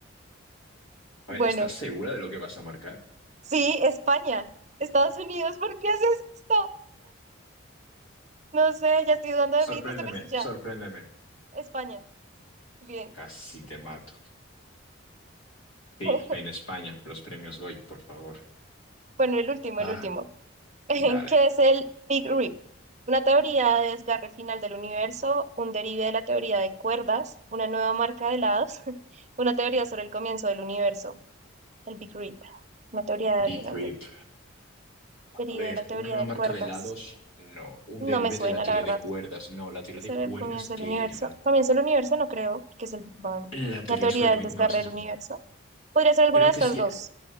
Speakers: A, on the right; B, on the left.
A: Bueno,
B: A ver, ¿estás segura de lo que vas a marcar?
A: sí, España. Estados Unidos, ¿por qué haces esto? No sé, ya estoy dudando de
B: Sorpréndeme,
A: mí, tú sabes que ya.
B: sorpréndeme.
A: España. Bien.
B: Casi te mato. Sí,
A: <laughs>
B: en España, los premios Goya, por favor.
A: Bueno, el último,
B: Ah,
A: el último. <laughs>
B: dale.
A: ¿Qué es el Big Rip? Una teoría de desgarre final del universo, un derive de la teoría de cuerdas, una nueva marca de helados, <laughs> una teoría sobre el comienzo del universo, el Big Rip. Una teoría
B: Big
A: de del
B: Rip.
A: derive
B: A ver,
A: de la teoría
B: una nueva
A: de
B: marca
A: cuerdas,
B: de helados, no. Un
A: No
B: derive
A: me suena,
B: de la teoría
A: la verdad.
B: de cuerdas, no. La teoría
A: ¿Ese
B: de
A: era
B: cuerdas,
A: el comienzo del
B: ¿qué
A: universo?
B: era?
A: Comienzo del universo no creo, que es el Big Bang.
B: La teoría
A: Una teoría
B: sobre... el
A: del
B: coin-
A: desgarre
B: No, eso
A: del
B: sí
A: universo.
B: que... no.
A: Podría ser alguna
B: Creo
A: de estas
B: que sí.
A: dos.